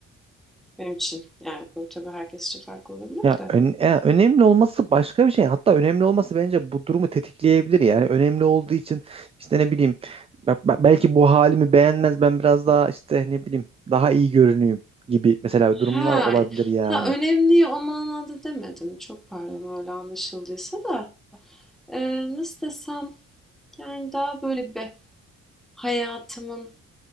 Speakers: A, in the centre; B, on the right.
A: benim için. Yani bu tabii herkes için farklı olabilir
B: Ya
A: de.
B: ön- ya önemli olması başka bir şey. Hatta önemli olması bence bu durumu tetikleyebilir. Yani önemli olduğu için işte ne bileyim be- be- belki bu halimi beğenmez ben biraz daha işte ne bileyim daha iyi görüneyim gibi mesela
A: Ha,
B: durumlar olabilir yani.
A: ha önemli o manada demedim. Çok pardon öyle anlaşıldıysa da. Eee, nasıl desem yani daha böyle bir hayatımın